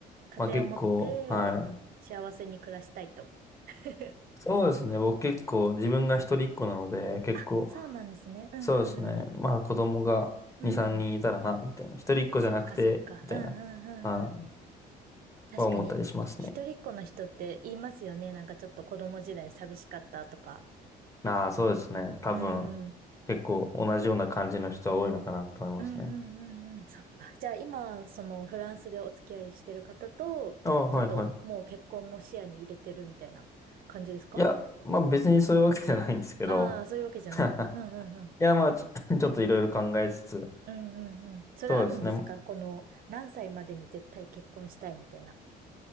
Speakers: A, on the right (about 60°); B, on the left (about 20°).
A: 家庭を持って幸せに暮らしたいと。
B: まあ結構、はい。
A: <laughs>
B: そうですね。僕結構自分が一人っ子なので、
A: うん
B: 結構、
A: あ、そうなんですね。うんうん
B: そうですね。まあ子供が2、
A: うん。
B: 3人いたらな、
A: うん。
B: みたいな。一人っ子じゃなくて、
A: そっかそっか。
B: みたいな、
A: うんう
B: はい、
A: んうん確かに。
B: は思ったりしますね。
A: 一人っ子の人って言いますよね。なんかちょっと子供時代寂しかったとか。
B: ああ、そうですね。多分、
A: うーん。
B: 結構同じような感じの人は多いのかなと思いますね。
A: うんうんうんうん。そっか。じゃあ今、そのフランスでお付き合いしてる方と、
B: ああ、はいはい。
A: ちょっともう結婚も視野に入れてるみたいな感じですか
B: いや、まあ別にそういうわけじゃないんですけど。
A: ああー、そういうわけじゃない。
B: <laughs>
A: うんうんうん。
B: いや、まあちょ、<laughs> ちょっといろいろ考えつつ、
A: うんうんうん。それあるんですかこの何歳までに絶対結婚したいみたいな。
B: そうですね。